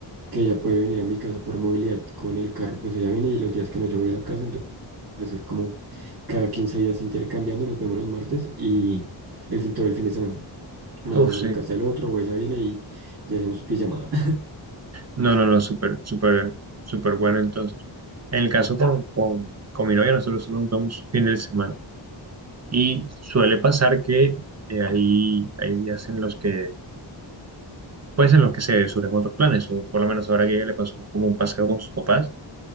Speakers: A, on the right; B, on the right.
A: que ella puede venir a mi casa por movilidad con el carro, pues ella viene y los días que no yo voy a la casa, entonces es como cada 15 días intercambiando, nos vemos los martes y el fin, todo el fin de semana. Nos
B: uf,
A: vamos
B: sí.
A: a la casa del otro, o ella viene y, y hacemos pijamada. <laughs>
B: No, no, no, súper, súper, súper bueno entonces. En el caso con, con, con mi novia, nosotros solo nos vamos fin de semana. Y suele pasar que eh, hay, hay días en los que, pues en los que se surgen otros planes, o por lo menos ahora que ella le pasó como un paseo con sus papás